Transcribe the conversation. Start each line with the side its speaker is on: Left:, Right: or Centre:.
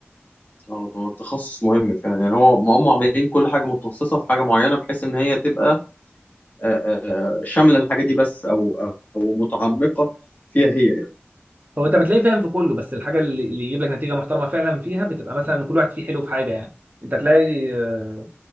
Left: اه ده تخصص مهم فعلا يعني هو ما هم عاملين كل حاجه متخصصه في حاجه معينه بحيث ان هي تبقى آه، آه، آه، شامله الحاجه دي بس او او متعمقه فيها هي يعني
Right: هو انت بتلاقيه فاهم في كله بس الحاجه اللي اللي يجيب لك نتيجه محترمه فعلا فيها بتبقى مثلا كل واحد فيه حلو في حاجه يعني انت تلاقي آه،